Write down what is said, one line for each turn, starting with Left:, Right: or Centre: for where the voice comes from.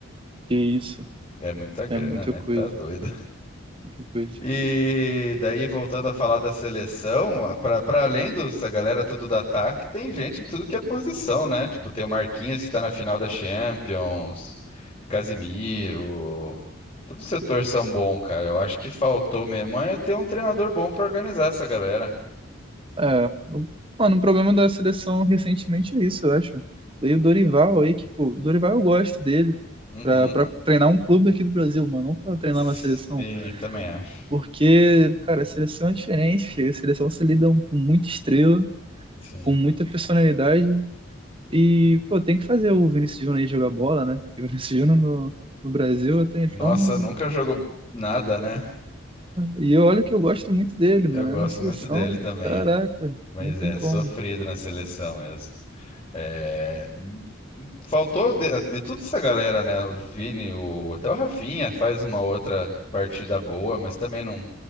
Right: que isso.
Left: É muita grana,
Right: É muita
Left: né?
Right: coisa,
Left: Que Tá doido.
Right: muita coisa.
Left: E daí, voltando a falar da seleção, para para além dessa galera tudo do ataque, tem gente em tudo que é posição, né? Tipo, tem o Marquinhos que tá na final da Champions, Casimiro. Todo o setor são bom, cara. Eu acho que faltou mesmo é ter um treinador bom pra organizar essa galera.
Right: É, o- mano, o problema da seleção recentemente é isso, eu acho. Veio o Dorival aí, que, pô, Dorival eu gosto dele,
Left: Uhum.
Right: pra, pra treinar um clube aqui do Brasil, mano, não pra treinar
Left: Sim,
Right: uma seleção.
Left: também acho.
Right: Porque, cara, a seleção é diferente, a seleção se lida com muita estrela,
Left: Sim.
Right: com muita personalidade, e, pô, tem que fazer o Vinícius Júnior aí jogar bola, né? Porque o Vinícius Júnior no, no Brasil até então
Left: Nossa,
Right: não.
Left: nunca jogou nada, né?
Right: é, e eu olho que eu gosto muito dele, mano,
Left: Eu gosto
Right: é na seleção,
Left: muito dele também.
Right: caraca,
Left: Mas
Right: não tem
Left: é,
Right: como.
Left: sofrido na seleção mesmo. É, Faltou de, de toda essa galera, né? O Vini, o, até o Rafinha faz uma outra partida boa, mas também não,